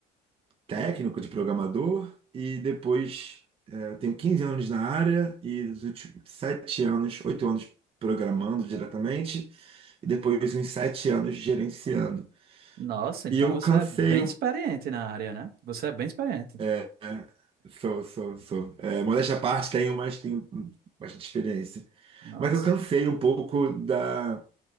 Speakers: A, on the right (about 35°); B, on the right (about 65°).
A: técnico de programador e depois eh, eu tenho 15 anos na área e os últimos sete anos, oito anos programando diretamente e depois uns sete anos gerenciando.
B: Nossa, então
A: E eu
B: você
A: cansei
B: é bem
A: um
B: experiente na área, né? Você é bem experiente.
A: É, Sou, sou, sou. É, modéstia à parte, tenho, mas tenho bastante experiência.
B: Nossa.
A: Mas eu cansei um pouco da,